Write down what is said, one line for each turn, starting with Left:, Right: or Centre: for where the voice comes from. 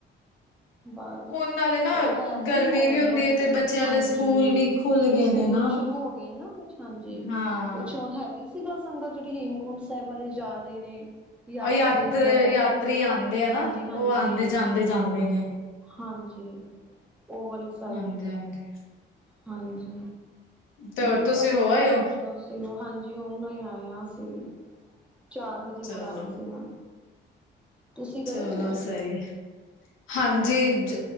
Centre: ਬਸ
Left: ਹੁਣ ਨਾਲੇ ਨਾ
Centre: ਪਰ ਹੈ
Left: ਗਰਮੀ
Centre: ਸੀ ਮੇਰਮਲ
Left: ਵੀ ਹੁੰਦੀ ਹੈ ਤੇ ਬੱਚਿਆਂ
Centre: ਹਾਂਜੀ
Left: ਦੇ ਸਕੂਲ
Centre: ਈ
Left: ਵੀ ਖੁੱਲ ਗਏ
Centre: ਸਕੂਲ
Left: ਨੇ ਨਾ
Centre: ਸ਼ੁਰੂ ਹੋ ਗਏ ਨਾ ਕੁਛ ਹਾਂਜੀ
Left: ਹਾਂ
Centre: ਕੁਛ ਹੁਣ ਹੈਗੀ ਸੀਗਾ ਸੰਗਤ ਜਿਹੜੀ ਹੇਮਕੁੰਡ ਸਾਹਿਬ ਵੱਲ ਜਾ ਰਹੇ ਨੇ ਯਾਤਰੀ
Left: ਆਯਾਤਰ
Centre: ਵਗੈਰਾ
Left: ਯਾਤਰੀ ਆਦੇ ਹੈ ਨਾ
Centre: ਹਾਂਜੀ ਹਾਂਜੀ
Left: ਉਹ ਆਦੇ ਜਾਂਦੇ ਏ ਜਾਂਦੇ ਨੇ ਏ
Centre: ਹਾਂਜੀ ਉਹ ਵਾਲੀ ਸੀ
Left: ਹਾਂਜੀ ਹਾਂਜੀ ਈ
Centre: ਹਾਂਜੀ
Left: ਤੇ
Centre: ਮੌਸਮ
Left: ਹੋਰ ਤੁਸੀਂ ਹੋ
Centre: ਬਹੁਤ
Left: ਆਏ ਹੋ
Centre: ਅੱਛਾ ਸੀ ਗਾ ਹਾਂਜੀ ਉਹਨਾਂ ਈ ਆਇਆ ਅਸੀ ਵੀ ਚਾਰ ਵਜੇ
Left: ਚਲੋ
Centre: ਬੁਲਾ ਐ ਸੀਗਾ ਤੁਸੀਂ ਗਏ
Left: ਚਲੋ
Centre: ਦੇ ਹੋ
Left: ਸਈ ਹਾਂਜੀ ਜ